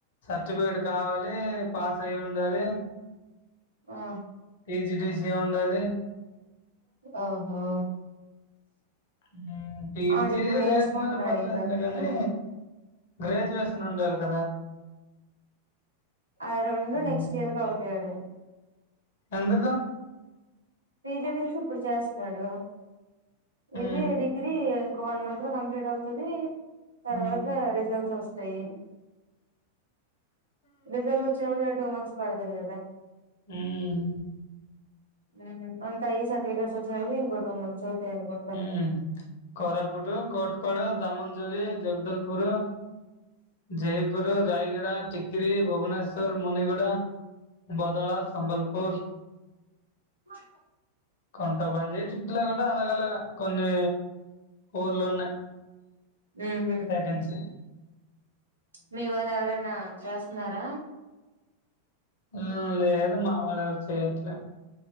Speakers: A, on the left; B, on the right.
A: సర్టిఫికేట్ కావాలి పాసై ఉండాలి.
B: ఆ.
A: పీజీడీసి ఏముండవలె
B: ఆహా.
A: ఉమ్ పీడిచీడి
B: ఆడిప్పుడు నేర్చుకుంటున్నాడు
A: లేకపోయినా పర్లేదులే
B: ఇంకా పీజీడీసీ
A: కానీ గ్రాజువేషన్ ఉండాలి కదా.
B: అవి రెండు
A: ఉమ్.
B: నెక్స్ట్ ఇయర్ కి అవుతాయి ఆడివి
A: ఎందుకు?
B: పిజిడసి ఇప్పుడు చేస్తున్నాడు.
A: ఉమ్,
B: ఇది డిగ్రీ ఇంకో వన్ మంత్ లో కంప్లీట్ అవుతుది తర్వాత
A: ఉమ్,
B: రిజల్ట్స్ వస్తాయి. రిజల్ట్స్ వచ్చినప్పుడు ఇగ టూ మంత్స్ పడుతది కదా
A: ఉమ్
B: మ్ అంతాయి సాటిఫికెట్స్ వోచివరకు ఇంకో ట్వ మంత్స్ అవుతాయి అనుకుంటా
A: యా కరాపూట్ కట్పాడ దమంజోలి జగదల్ పుర జయపుర, రాయగడా తి త్రి భువనేశ్వర్, మునిగడ, భదళ, సభల్పూర్
B: ఆహ్
A: కొంతమంది ఇట్లా కూడా అలాగ అలాగా కొన్ని ఊర్లు ఉన్నాయి.
B: ఉహు
A: బెటేన్ష
B: మీ వాళ్ళు ఎవరైనా చేస్తన్నారా?
A: మ్ లేదు మా వాళ్ళు ఎవరు చేయట్లే